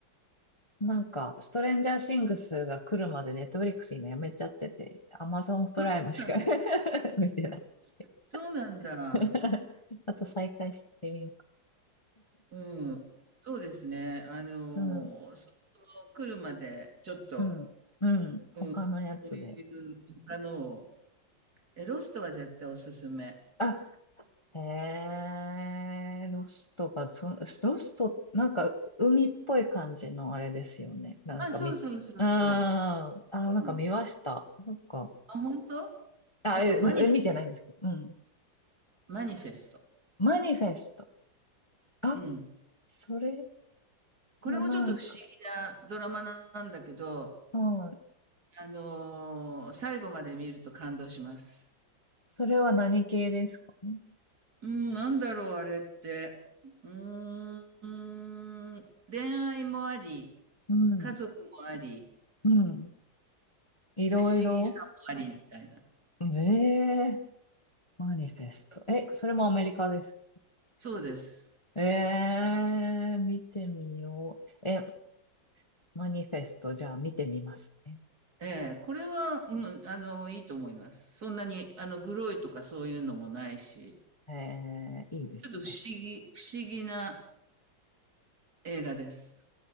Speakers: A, on the left; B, on the right.
A: なんか、ストレンジャーシングスが来るまでネットフリックス今やめちゃってて、アマゾンプライムしか
B: うん、あ、そうなんだ。
A: <laughs> 見てないんですけ
B: そうなんだ。
A: ど。<laughs> あと再開してみようか。
B: うん。そうですね。あの、
A: うん、
B: その来るまでちょっと、
A: うん、うん。他のやつで。
B: うん、そういう他のを。え、ロストは絶対おすすめ。
A: あ、へえ、ロストが、そ、ロスト、なんか、海っぽい感じのあれですよね。なんかみ、
B: あ、そうそうそうそ
A: あーあー、
B: う。
A: なんか見ました。
B: うん。
A: なんか、
B: あ、本当あと、
A: あ、え、
B: マニフェ、
A: え見てないんですけど、うん。
B: マニフェスト。
A: マニフェスト。あ、
B: うん。
A: それ
B: これもちょっと不思議なドラマなんだけど、
A: もなんか、はい。
B: あのー最後まで見ると感動します。
A: それは何系ですかね。
B: うん、なんだろう、あれって。うーん、恋愛もあり、
A: うん、
B: 家族もあり、
A: うん。いろいろ。
B: 不思議さもありみたいな。
A: ええ、マニフェスト。え、それもアメリカです。
B: そうです。
A: ええ、見てみよう。えマニフェスト、じゃあ見てみますね。
B: ええ、これは、うん、あの、いいと思います。そんなに、あの、グロいとかそういうのもないし。
A: えー、いいですね。
B: ちょっと不思議、不思議な映画です。